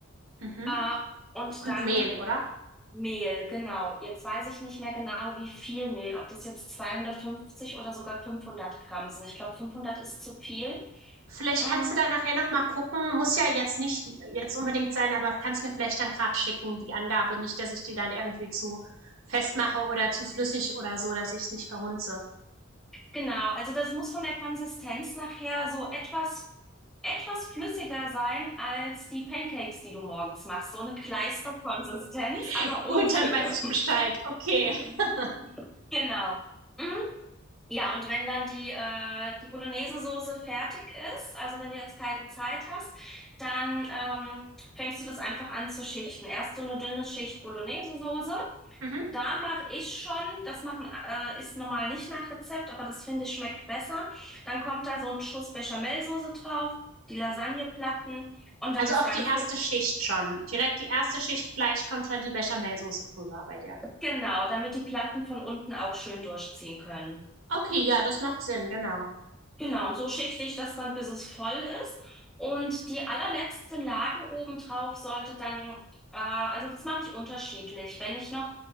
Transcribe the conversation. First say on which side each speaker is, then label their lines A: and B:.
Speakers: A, on the right; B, in the centre.
A: Mhm.
B: äh, und
A: Und
B: dann
A: Mehl, oder?
B: Mehl, genau. Jetzt weiß ich nicht mehr genau, wie viel Mehl, ob das jetzt 250 oder sogar 500 Gramm sind. Ich glaube, 500 ist zu viel.
A: Vielleicht
B: Mm,
A: kannst du da nachher noch mal gucken. Muss ja jetzt nicht die- jetzt unbedingt sein, aber kannst mir vielleicht dann gerade schicken, die Angabe. Nicht, dass ich die dann irgendwie zu festmache oder zu flüssig oder so, dass ich es nicht verhunze.
B: Genau, also das muss von der Konsistenz nachher so etwas, etwas flüssiger sein als die Pancakes, die du morgens machst. So eine Kleisterkonsistenz,
A: <laughs>
B: aber
A: Gut,
B: ohne Stücke.
A: dann weiß ich Bescheid. Okay.
B: <laughs>
A: <laughs>
B: Genau. Mhm. Ja, und wenn dann die, äh, die Bolognese-Soße fertig ist, also wenn du jetzt keine Zeit hast, dann ähm, fängst du das einfach an zu schichten. Erst so eine dünne Schicht Bolognese-Soße
A: Mhm.
B: da mache ich schon, das machen äh, ist normal nicht nach Rezept, aber das finde ich schmeckt besser. Dann kommt da so ein Schuss Bechamelsoße drauf, die Lasagneplatten und dann
A: Also
B: das
A: auf
B: Ganze,
A: die erste Schicht schon. Direkt die erste Schicht Fleisch kommt schon die Bechamelsoße drüber bei dir.
B: genau, damit die Platten von unten auch schön durchziehen können.
A: Okay, ja, das macht Sinn, genau.
B: Genau, und so schichte ich das dann, bis es voll ist. Und die allerletzte Lage obendrauf sollte dann, äh, also das mache ich unterschiedlich. Wenn ich noch